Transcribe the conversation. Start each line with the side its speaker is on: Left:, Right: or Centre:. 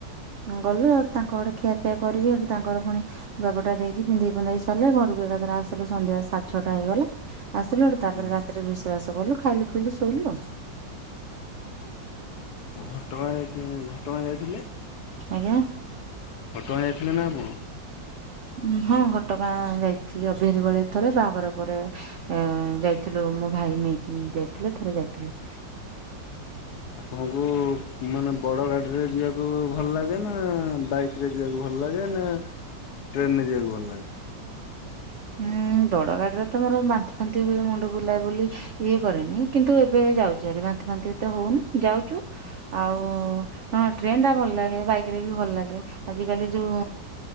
Right: ଗଲୁ ହେଠୁ ତାଙ୍କ ଘରେ ଖିଆପିଆ କରିକି ହେଠୁ ତାଙ୍କର ଫୁଣି ଲୁଗା ପଟା ଦେଇକି ପିନ୍ଧେଇ ପୁନ୍ଧେଇ ସାରିଲେ ଘରକୁ ଏକାଥର ଆସିଲୁ ସନ୍ଧ୍ୟା ସାଢେ ଛଅଟା ହେଇଗଲା। ଆସିଲୁ ହେଠୁ ତାପରେ
Left: ହୁଁ
Right: ରାତିରେ ରୁଷେଇ ବାସ କଲୁ ଖାଇଲୁ ପିଇଲୁ ଶୋଇଲୁ ଆଉ।
Left: ଆଉ ଘଟଗାଁ ଯାଇକି ଘଟ ହଁ ଯାଇଥିଲି।
Right: ଆଜ୍ଞା।
Left: ଘଟଗାଁ ଯାଇଥିଲେ ନା ଆପଣ?
Right: ଉଁ ହଁ ଘଟଗାଁ ଯାଇଥିଲି ଅବିହାରି ବେଳେ ଥରେ ବାହାଘର ପରେ ଏ ଯାଇଥିଲୁ ମୋ ଭାଇ ନେଇକି ଯାଇଥିଲୁ ଥରେ ଯାଇଥିଲୁ।
Left: ମଙ୍ଗୁ ମାନେ ବଡ଼ ଗାଡି ରେ ଯିବାକୁ ଭଲ ଲାଗେ ନା ବାଇକ୍ ରେ ଯିବାକୁ ଭଲ ଲାଗେ ନା ଟ୍ରେନ୍‌ ରେ ଯିବାକୁ ଭଲ ଲାଗେ?
Right: ହୁଁ ଦଡ ଗାଡିରେ ତ ମୋର ବାନ୍ତି ଫାନ୍ତି ହୁଏ ମୁଣ୍ଡ ବୁଲା ବୁଲି ଇଏ କରେନି କିନ୍ତୁ ଏବେ ଯାଉଚିହାରି ବାନ୍ତି ଫାନ୍ତି ଏତ ହୋଉନି ଯାଉଛୁ ଆଉ ହଁ ଟ୍ରେନ୍‌ ଟା ଭଲ ଲାଗେ ବାଇକ୍ ରେ ବି ଭଲ ଲାଗେ ଆଜ କାଲି ଯୋଉ